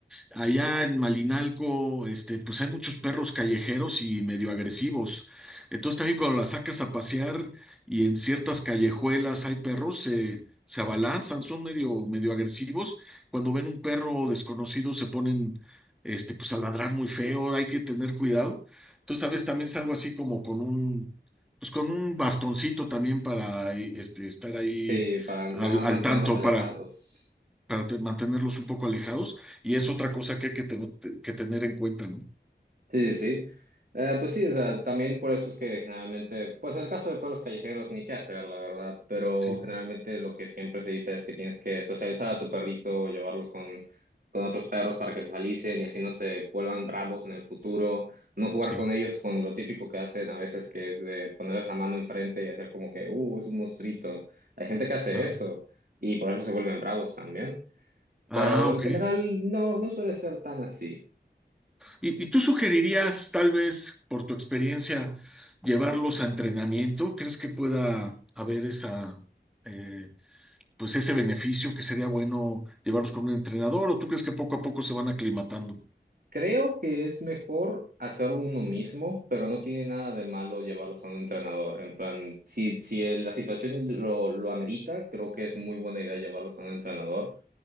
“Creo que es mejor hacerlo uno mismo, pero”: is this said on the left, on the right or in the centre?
Right